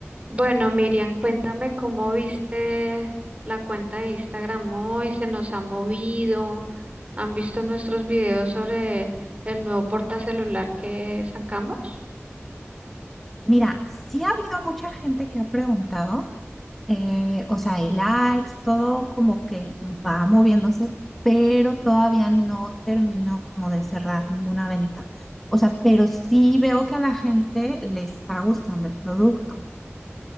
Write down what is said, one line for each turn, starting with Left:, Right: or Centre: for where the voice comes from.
Right: Bueno, Miriam, cuéntame cómo viste la cuenta de Instagram hoy, se nos ha movido, han visto nuestros videos sobre el nuevo portacelular que sacamos.
Centre: Mira, sí ha habido mucha gente que ha preguntado, eh, o sea, hay likes, todo como que va moviéndose, pero todavía no termino como de cerrar ninguna venta. O sea, pero sí veo que a la gente le está gustando el producto.